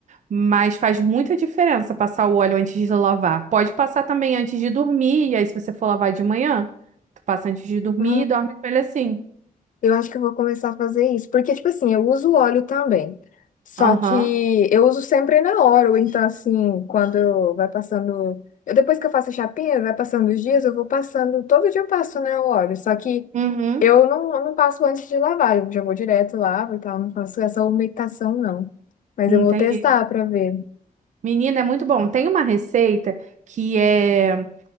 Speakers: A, on the right (about 55°); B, on the left (about 60°).
A: Mas faz muita diferença passar o óleo antes de lavar. Pode passar também antes de dormir, e aí se você for lavar de manhã, tu passa antes de dormir
B: Ah.
A: e dorme com ele assim.
B: Eu acho que eu vou começar a fazer isso, porque, tipo assim, eu uso óleo também. Só
A: Aham.
B: que eu uso sempre na hora, ou então, assim, quando vai passando. Eu, depois que eu faço a chapinha, vai passando os dias, eu vou passando. Todo dia eu passo, né, o óleo. Só que
A: Uhum.
B: eu não, não passo antes de lavar, eu já vou direto, lavo e tal. Não faço essa umectação, não. Mas
A: Entendi.
B: eu vou testar pra ver.
A: Menina, é muito bom. Tem uma receita que é